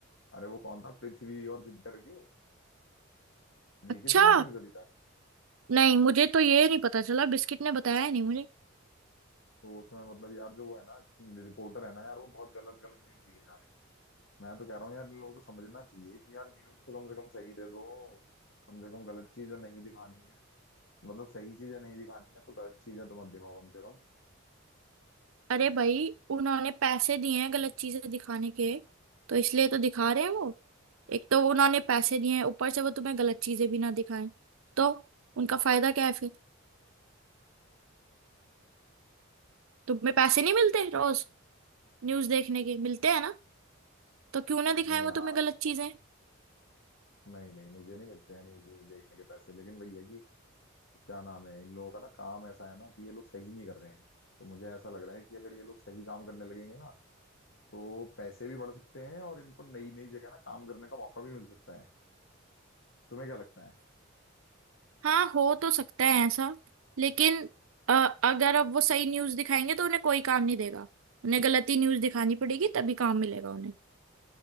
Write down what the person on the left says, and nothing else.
अरे वो कौन था पृथ्वी और जुपिटर की देखी
तुमने न्यूज अभी तक
तो उसमें मतलब यार जो वो है ना रिपोर्टर है ना यार वो बहुत गलत गलत न्यूज दिए जा रहे हैं मैं तो कह रहा हूँ यार इन लोगों को समझना चाहिए कि यार न्यूज़ तो कम से कम सही दे दो कम से कम गलत चीज़ जो नहीं दिखानी है मतलब सही चीजें नहीं दिखानी है तो गलत चीजें तो मत दिखाओ कम से कम
नहीं
यार
नहीं नहीं मुझे नहीं मिलते हैं न्यूज़ व्यूज देखने के पैसे लेकिन वही है कि क्या नाम है इन लोगों का ना काम ऐसा है ना कि ये लोग सही नहीं कर रहे हैं तो मुझे ऐसा लग रहा है कि अगर ये लोग सही काम करने लगेंगे ना तो पैसे भी बढ़ सकते हैं और इनको नई नई जगह ना काम करने का मौका भी मिल सकता है तुम्हें क्या लगता है